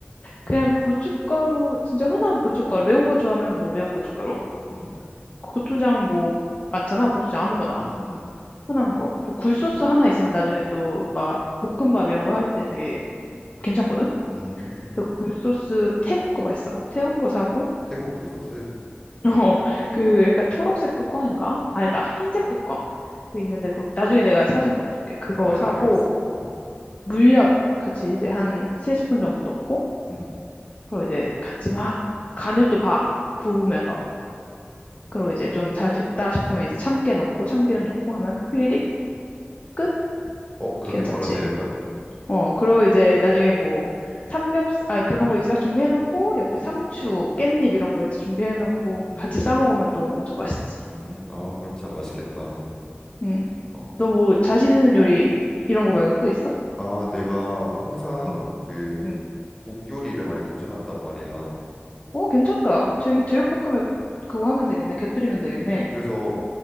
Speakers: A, on the left (about 35°); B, on the left (about 15°).
A: 그냥 고춧가루, 진짜 흔한 고춧가루. 매운 거 좋아하면 뭐 매운 고춧가루.
B: 음,
A: 고추장 뭐 많잖아. 고추장 아무거나.
B: 음, 음,
A: 흔한 거. 그리고 굴소스
B: 음,
A: 하나 있으면 나중에 또 막 볶음밥 이런 거 할 때 되게 괜찮거든?
B: 음.
A: 그래서 굴소스
B: 음.
A: 태국 거 맛있어. 태국 거 사고,
B: 태국 굴소스?
A: <laughs> 어, 그 약간 초록색 뚜껑인가? 아니다. 흰색 뚜껑. 그 있는데 그 나중에 내가 사진 보내줄게. 그거
B: 음, 알,
A: 사고,
B: 알겠어. 어,
A: 물엿 같이 이제 한 세 스푼 정도 넣고,
B: 음.
A: 그리고 이제 같이 막 간을 또 봐. 구우면서. 그리고 이제 좀 잘 됐다 싶으면 이제 참깨 넣고 참기름 넣고 하면 휘리릭 끝?
B: 어, 그렇게
A: 괜찮지?
B: 바로 되는 거야?
A: 어, 그리고 이제 나중에 뭐 삼겹살, 아, 그런 거 이제 딱 준비해놓고 옆에
B: 음,
A: 상추, 깻잎 이런 거 이제 준비해놓고
B: 음,
A: 같이 싸 먹으면 또 엄청 맛있지.
B: 음, 아, 그럼 진짜 맛있겠다.
A: 응.
B: 어.
A: 너 뭐 자신 있는 요리 이런 거 말고 또 있어?
B: 아, 내가 항상
A: 응,
B: 그
A: 응.
B: 국 요리를 많이 도전한단 말이야.
A: 어, 괜찮다. 제, 제육볶음에 그거 하면 되겠네. 곁들이면 되겠네.
B: 그래서